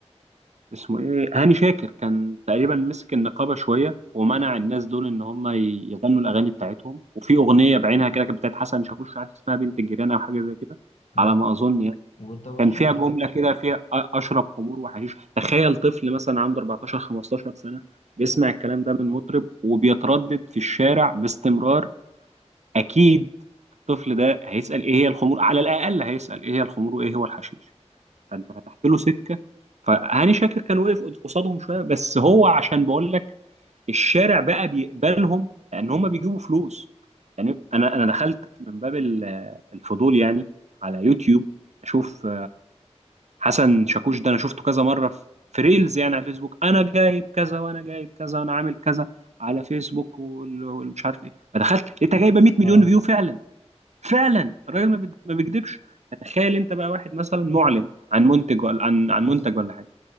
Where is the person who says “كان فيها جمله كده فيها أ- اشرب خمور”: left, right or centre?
Right